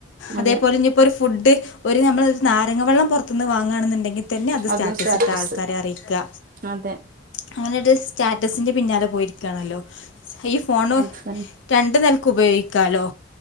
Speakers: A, on the left; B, on the right.
A: അതേപോലെ
B: അതെ
A: ഇഞ്ഞീപ്പൊരു ഫുഡ് ഒരു നമ്മൾ ഒരു നാരങ്ങ വെള്ളം പുറത്തുനിന്ന് വാങ്ങാണെന്നുണ്ടെങ്കിൽ പിന്നെ അത് സ്റ്റാറ്റസിട്ട്
B: അതും സ്റ്റാറ്റസ്
A: ആൾക്കാരെ അറിയിക്കുക
B: അതെ
A: അങ്ങനെ ഒരു സ്റ്റാറ്റസിന്റെ പിന്നാലെ പോയിരിക്കാണല്ലോ ഈ ഫോണ്
B: അത്
A: രണ്ട് നിൽക്ക് ഉപയോഗിക്കാലോ